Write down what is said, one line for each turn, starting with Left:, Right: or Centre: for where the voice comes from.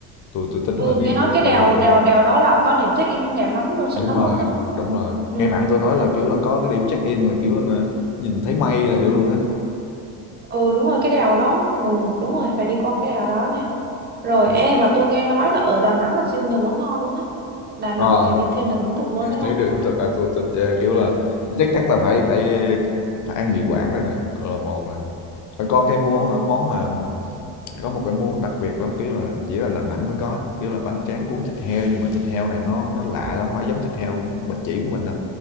Left: tôi tôi tính
Right: ừ
Left: là đi
Right: nghe
Left: luôn
Right: nói cái
Left: qua
Right: đèo
Left: đèo luôn
Right: đèo đèo đó là có điểm check in đẹp lắm luôn xịn
Left: đúng
Right: lắm
Left: rồi
Right: luôn á
Left: đúng rồi
Right: ừ
Left: nghe bạn tôi nói là kiểu là có cái điểm check in mà kiểu là nhìn thấy mây là luôn á
Right: ừ đúng rồi cái đèo đó ừ đúng rồi phải đi qua cái đèo đó này rồi
Left: Ờ.
Right: em mà tôi nghe nói là ở Đà Nẵng là siêu nhiều món ngon luôn á Đà Nẵng
Left: Ờ,
Right: kiểu như thiên đường ẩm thực luôn đấy
Left: thấy
Right: không
Left: được ẩm thực ca tôi, tôi ờ, kiểu là chắc chắn là phải phải phải ăn mì Quảng rồi nè là một nè Và có cái món
Right: ừ
Left: món mà có một cái món đặc biệt lắm kiểu là chỉ là Đà Nẵng mới có nè kiểu là bánh tráng cuốn thịt heo nhưng mà thịt heo này nó nó lạ lắm không phải giống thịt heo bà chỉ của mình đâu